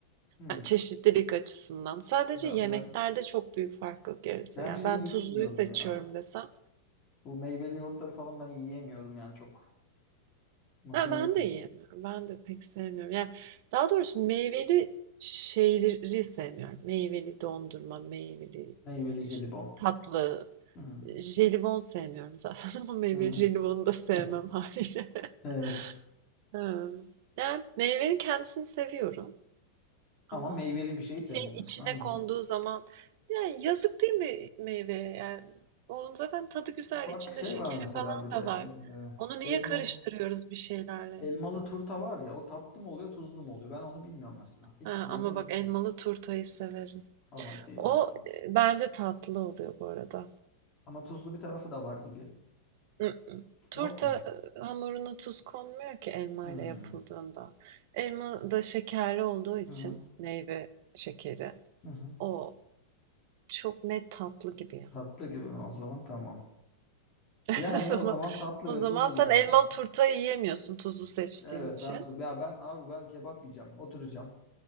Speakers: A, on the left (about 35°); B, on the right (about 50°).
A: Hmm.
B: Yani çeşitlilik açısından. Sadece
A: Ya
B: yemeklerde
A: ben
B: çok büyük farklılık yaratır.
A: ben
B: Yani
A: şey
B: ben
A: yiyemiyorum
B: tuzluyu seçiyorum
A: ya.
B: desem
A: Bu meyveli yoğurtları falan ben yiyemiyorum yani çok hoşuma
B: Ya ben
A: gitmiyor.
B: de yiyemiyorum. Ben de pek sevmiyorum. Yani daha doğrusu meyveli şeyleri sevmiyorum. Meyveli dondurma, meyveli
A: Meyveli
B: işte
A: jelibon.
B: tatlı,
A: Hmm.
B: jelibon sevmiyorum zaten <laughs> ama meyveli
A: Hmm.
B: jelibonu da sevmem
A: <laughs>
B: haliyle. <laughs>
A: Evet.
B: Ha, Yani meyvenin kendisini seviyorum
A: Ama
B: ama
A: meyveli bir şey
B: bir
A: sevmiyorsun
B: şeyin içine
A: anladım.
B: konduğu zaman yani yazık değil mi meyveye? Yani onun zaten tadı güzel,
A: Bak
B: içinde
A: şey
B: şekeri
A: var mesela
B: falan
A: bir de
B: da var. Onu niye
A: e, elmalı
B: karıştırıyoruz bir şeylerle?
A: elmalı turta var ya o tatlı mı oluyor tuzlu mu oluyor ben onu bilmiyorum mesela. İkisinde
B: He, ama
A: de benziyor.
B: bak elmalı turtayı severim.
A: Hadi
B: O
A: bakalım.
B: e, bence tatlı oluyor bu arada.
A: Ama tuzlu bir tarafı da var gibi.
B: Mm-mm. Turta
A: Yok mu?
B: e, hamuruna tuz konmuyor ki elma
A: Hmm.
B: ile yapıldığında. Elma da şekerli olduğu için
A: Hı hı.
B: meyve şekeri.
A: Hı hı.
B: O çok net tatlı gibi ya.
A: Tatlı gibi mi? O zaman tamam.
B: <laughs>
A: Yani
B: O zaman,
A: o zaman tatlı
B: o
A: ve
B: zaman
A: tuzlularda.
B: sen elmalı turtayı yiyemiyorsun tuzlu seçtiğin
A: Evet
B: için.
A: ben tuz. Ya ben abi ben kebap yiyeceğim. Oturacağım.